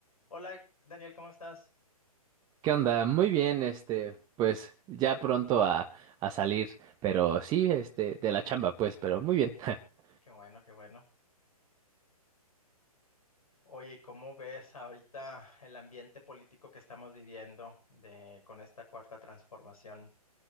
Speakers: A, on the left; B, on the right.
A: Hola, Daniel, ¿cómo estás?
B: ¿Qué onda? Muy bien, este, pues ya pronto a, a salir, pero sí, este, de la chamba, pues, pero muy bien. <laughs>
A: Qué bueno, qué bueno. Oye, ¿y cómo ves ahorita el ambiente político que estamos viviendo de, con esta cuarta transformación